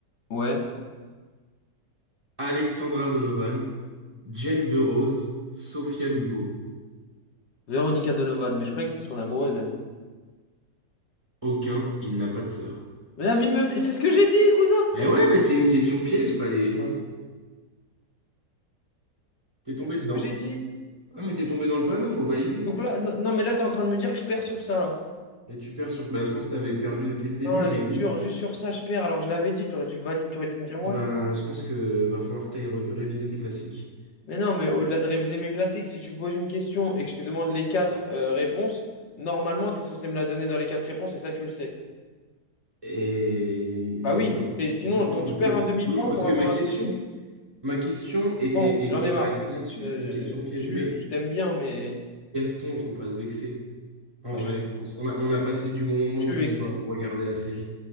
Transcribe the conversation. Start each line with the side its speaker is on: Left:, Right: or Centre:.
Left: Ouais.
Right: Alexandra Donovan, Jane Burroughs, Sophia Lugo.
Left: Véronica Donovan, mais je croyais que c'était son amoureuse, elle.
Right: Aucun, il n'a pas de sœur.
Left: Mais la vie de même... C'est ce que j'ai dit, cousin!
Right: Eh ouais, mais c'est une question piège, fallait. hein. T'es tombé
Left: C'est
Right: dedans.
Left: ce que j'ai dit.
Right: Ah, mais t'es tombé dans le panneau, faut valider.
Left: Donc là, non, non, mais là, t'es en train de me dire que je perds sur ça, là.
Right: Et tu perds sur. Bah, je pense que t'avais perdu depuis le début,
Left: Non, elle
Right: mais
Left: est
Right: oui.
Left: dure, juste sur ça, je perds, alors que je l'avais dit, t'aurais dû valider, t'aurais dû me dire ouais.
Right: Tu vas... Je pense que va falloir que t'ailles revi- réviser tes classiques.
Left: Mais non, mais au-delà de réviser mes classiques, si tu me poses une question et que je te demande les quatre euh, réponses, normalement, t'es censé me la donner dans les quatre réponses, et ça, tu le sais.
Right: Et
Left: Bah oui,
Right: non,
Left: c'est-
Right: parce
Left: sinon,
Right: que non,
Left: donc
Right: parce
Left: je perds
Right: que
Left: un demi-point
Right: non, parce
Left: pour
Right: que
Left: avoir
Right: ma question,
Left: un truc qui...
Right: ma question était,
Left: Bon,
Right: était
Left: j'en ai marre.
Right: axée là-dessus.
Left: Euh,
Right: C'était une question piège.
Left: Jules,
Right: Mais
Left: je t'aime bien, mais
Right: Gaston, faut pas se vexer. En
Left: bah,
Right: vrai,
Left: je suis,
Right: on, s- on a, on a passé du bon moment
Left: je suis
Right: juste
Left: vexé.
Right: à regarder la série.